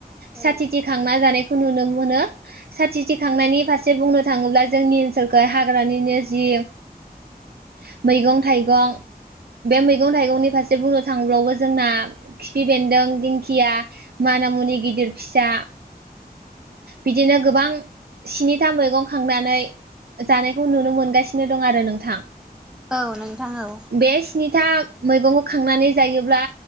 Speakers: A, in the centre; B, on the right (about 70°).
A: औ
B: साथिथि खांना जानाय खौ नुनो मोनो साथि थखांनायनि फारसे बुंनो थाङोब्ला जोंनि ओनसोलखौाय हाग्रानिनो जि <unintelligible> मैगं थाइगं बे मैगं थाइगंनि फारसे बुंनो थांबावबो जोंना खिफि बेन्दों दिंखिया माना मुनि गिदिर फिसा बिदिनो गोबां स्निथा मैगं खांनानै जानायखौ नुनो मोनगासिनो दं आरो नोंथां
A: औ नोंथां औ
B: बे स्निथा मैगंखौ खांनानै जायोब्ला